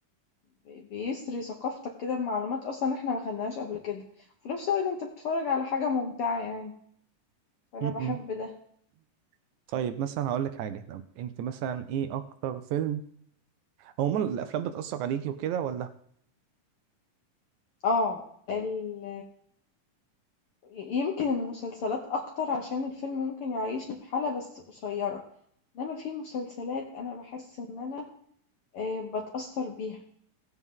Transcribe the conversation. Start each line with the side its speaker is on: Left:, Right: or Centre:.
Left: بي- بيسري ثقافتك كده بمعلومات اصلا احنا ما خدناهاش قبل كده وفي نفس الوقت انت بتتفرج على حاجة ممتعة يعني فانا
Right: م-
Left: بحب
Right: م.
Left: ده
Right: <clears throat> طيب مثلا هقول لك حاجه طب انت مثلا ايه اكتر فيلم هو الافلام بتاثر عليكي وكده ولا
Left: اه ال يمكن المسلسلات اكتر عشان الفيلم ممكن يعيشني في حالة بس قصيرة انما في مسلسلات انا بحس ان انا آه، بتأثر بيها